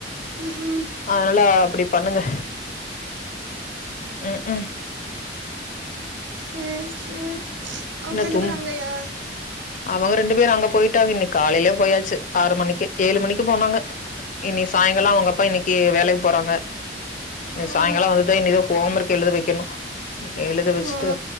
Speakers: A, on the right; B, on the left.
A: ம் ம்
B: அதனால அப்பிடி பண்ணுங்க ம் ஹு
A: சேரி சேர் அவுங்க
B: என்ன
A: ரெண்டு
B: தும்
A: பேரு அங்கயா
B: அவங்க ரெண்டு பேரு அங்க போயிட்டாங்க இன்னிக் காலைலியே போயாச்சு ஆறு மணிக்கே ஏழு மணிக்கு போனாங்க இன்னி சாயங்கால அவுங்க அப்பா இன்னிக்கி வேலைக் போறாங்க. இனி
A: ஓ
B: சாயங்கால வந்துதா இனிதா ஹோம் ஒர்க் எழுத வைக்கணு எழுத வச்சுட்டு
A: ஓ